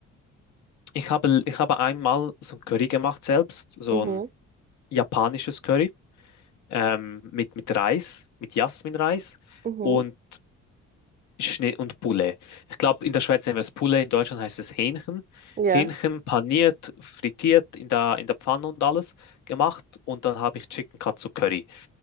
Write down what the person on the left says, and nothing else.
ich habe, ich habe einmal so ein Curry gemacht selbst, so
ein japanisches Curry ähm, mit, mit Reis, mit Jasminreis.
Und Schnee und Poulet. Ich glaube, in der Schweiz nennen wir es Poulet, in Deutschland heißt es Hähnchen.
Hähnchen paniert, frittiert in der, in der Pfanne und alles gemacht. Und dann habe ich Chicken Katsu Curry